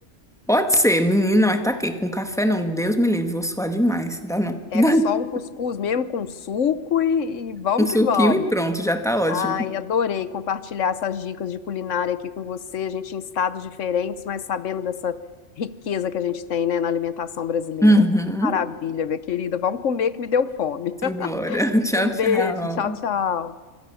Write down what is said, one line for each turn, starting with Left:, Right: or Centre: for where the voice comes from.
Centre: Pode ser, menina, mas tá aqui. Com café não, Deus me livre, vou suar demais. Dá não.
Left: Pega
Centre: <laughs>
Left: só um cuscuz mesmo com suco e, e vamos
Centre: Um suquinho
Left: que vamos.
Centre: e pronto, já tá ótimo.
Left: Ai, adorei compartilhar essas dicas de culinária aqui com você. A gente em estados diferentes, mas sabendo dessa riqueza que a gente tem, né, na alimentação brasileira.
Centre: Uhum.
Left: Maravilha, minha querida. Vamos comer que me deu fome.
Centre: Simbora.
Left: <laughs>
Centre: <laughs> Tchau,
Left: Um beijo,
Centre: tchau.
Left: tchau, tchau.